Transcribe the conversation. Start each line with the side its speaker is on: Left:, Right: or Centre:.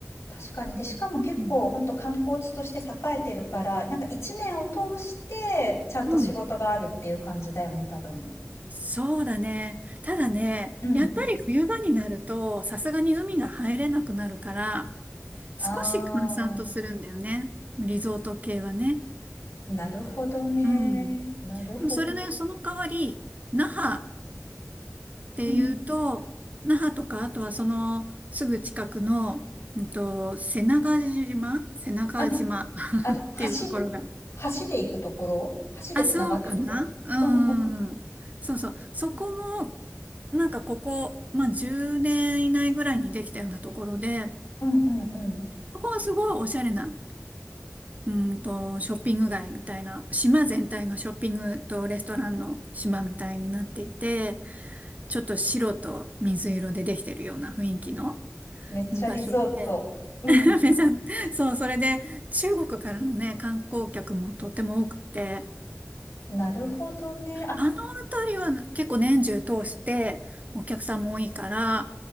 Left: 確かに。で、しかも結構、
Right: うん。
Left: 本当観光地として栄えてるから、なんか一年を通して、ちゃんと仕事があるっていう感じだよね、
Right: うん
Left: 多分。
Right: そうだね。ただね、
Left: うん。
Right: やっぱり冬場になると、さすがに海が入れなくなるから、少し閑散とするんだよね。
Left: あ
Right: リゾート系はね。
Left: なるほどね。
Right: うん。
Left: なるほど。
Right: でもそれね、その代わり、那覇っていうと、
Left: うん。
Right: 那覇とか、あとはそのすぐ近くの、うんと、瀬長島瀬長島っていうところが
Left: あ、あれ、橋で橋で行くところ？橋で繋がってるところ。
Right: あ、そうかなうん。
Left: うんうん
Right: そうそう。そこも、なんかここ、まあ、10年以内ぐらいにできたようなところで、
Left: うんうんうん。
Right: そこはすごいおしゃれな、うんと、ショッピング街みたいな、島全体がショッピングとレストランの島みたいになっていて、ちょっと白と水色でできてるような雰囲気の
Left: めっちゃリゾート。
Right: うん場所で、
Left: うん。
Right: <laughs> めちゃ、そう、それで中国からのね、観光客もとっても多くて、
Left: なるほどね。あ、
Right: あのあたりは結構年中通してお客さんも多いから、